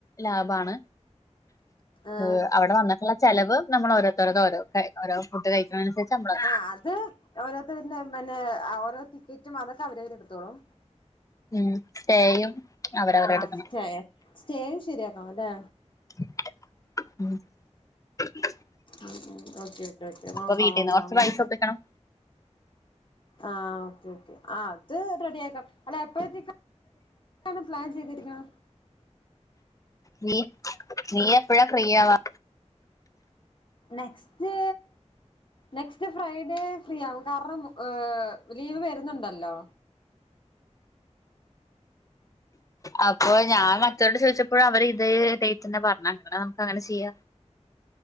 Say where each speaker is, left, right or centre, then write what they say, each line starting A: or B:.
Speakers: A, on the left (about 30°); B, on the left (about 45°).
A: ലാഭാണ്
B: ആ
A: ഏഹ് അവിടെ വന്നിട്ടുള്ള ചെലവ് നമ്മൾ ഓരോത്തോരത് ഓരോ ഓരോ ഫുഡ് കഴിക്കണനുസരിച്ച് നമ്മള
B: ആഹ് അത് ഓരോരുത്തരുന്ന പിന്നെ ആഹ് ഓരോ ടിക്കറ്റും അതൊക്കെ അവരവര് എടുത്തോളും
A: ഉം സ്റ്റേയും അവരവര് എടുക്കണം
B: സ്റ്റെ ആഹ് സ്റ്റേയും ശരിയാക്കണം അല്ലെ
A: <unintelligible>
B: ഉം ഉം ഓക്കേ ഓക്കേ ഓക്കെ
A: അപ്പൊ
B: നോക്കാം
A: വീട്ടീന്ന്
B: നോക്കാം
A: കൊറച്ച്
B: നമുക്ക്
A: പൈസ ഒപ്പിക്കണം
B: ആഹ് ഓക്കേ ഓക്കേ ആഹ് അത് റെഡിയാക്കാം അല്ല എപ്പോഴത്തേക്ക എപ്പാണ് പ്ലാൻ ചെയ്തിരിക്കണേ
A: നീ നീ എപ്പഴാ ഫ്രീയാവാ
B: നെക്സ്റ്റ് നെക്സ്റ്റ് ഫ്രൈഡേ ഫ്രീ ആകും കാരണം ഏഹ് ലീവ് വരുന്നുണ്ടല്ലോ
A: അപ്പൊ ഞാൻ മറ്റവരോട് ചോദിച്ചപ്പോഴും അവർ ഇതെ ഡേറ്റ് തന്നെ പറഞ്ഞെ നമുക്ക് അങ്ങനെ ചെയ്യാം